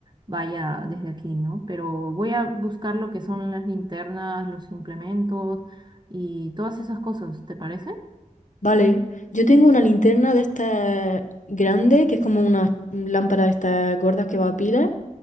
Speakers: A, on the right (about 35°); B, on the left (about 65°).
A: vaya desde aquí, ¿no? Pero voy a buscar lo que son las linternas, los implementos y todas esas cosas, ¿te parece?
B: Vale, yo tengo una linterna de estas grande, que es como una lámpara de estas gordas que va a pilas,